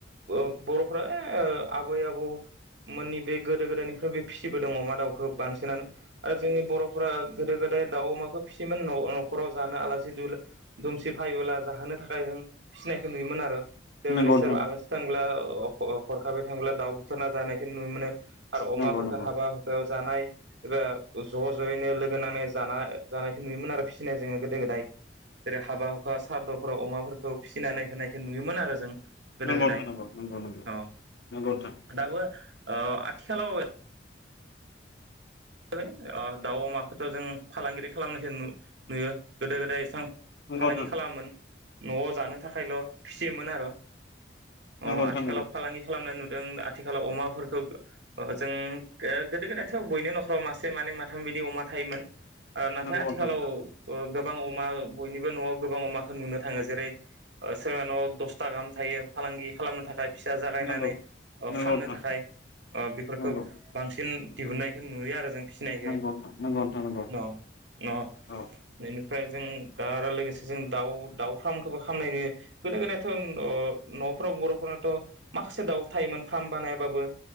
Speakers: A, on the right; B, on the left.
A: ओ बर'फ्रा ए आबै आबौमोननि बे गोदो गोदायनिफ्राय बे फिसिबोदों अमा दाउखो। बांसिनानो आरो जोंनि बर'फोरा गोदो गो दाय दाउ अमा फो फिसियोन न न'खराव जानो आलासि दु-दुमसि फायबोला जाहोनो थाखाय जों फिसिनायखो नुयोमोन आरो। जेबोरै
B: नंगौ नंगौ
A: सो आलासि थांब्ला अ अ हरखाबै थांब्ला दाउ बुथारना जानायखौ नुनो मोनो। आरो अमाफोरखो
B: नंगौ नंगौ
A: हाबा हुखायाव जानाय एबा ज' ज'यैनो लोगो नांनाय जाना जानायखौ नुयोमोन आरो फिसिनाय जोङो गोदो गोदाय जेरै हाबा हुखा सारद'फोराव अमाफोरखौ फिसिनानै होनायखो नुयोमोन आरो जों गोदो
B: नोंगौ
A: गोदाय
B: नोंथां नोंगौ नोंगौ नोंगौ
A: अ
B: नोंगौ नोंथां।
A: दाबो ओ आथिखालाव ए <unintelligible> ओ दाउ अमाखौथ' जों फालांगिरि खालामनायखौ नु नुयो गोदो गोदाय एसां
B: नंगौ
A: फालांगि
B: नंगौ
A: खालामामोन न'आव जानो थाखायल' फिसियोमोन आरो। अ
B: नंगौ नंगौ नोंथां नंगौ नोंथां
A: आथिखालाव
B: नंगौ नोंथां नंगौ नोंथां नंगौ
A: फालांगि खालामना नु ओं आथिखालाव अमाफोरखौ जों गोदो गोदायथ' बयनिबो नख मासे माने माथाम बिदि अमा थायोमोन।
B: नोंथां
A: नाथाय आथिखालाव- गोबां अमा बयनिबो न'आव गोबां अमाखौ नुनो थाङो जेरै सोरबा न'आव दसथा गाहाम थायो फालांगि खालामनो थाखाय थाखाय फिसा जागायनानै
B: नंगौ नंगौ
A: फाननो
B: नोंथां
A: थाखाय बेफोरखौ
B: नंगौ
A: बांसिन दिहुननायखौ नुनो। नुलियाआरो जों फिनायखो
B: नंगौ नोंथां नंगौ नोंथां नंगौ
A: न
B: औ
A: बेनिफ्राय जों दा आरो लोगोसे जों दाउ दाउ फार्मखौबो खालामामनाय नु गोदो गोदायथ' न'फोराव बर'फोराथ' माखासे दाउ थायोमोन फार्म बानायाबाबो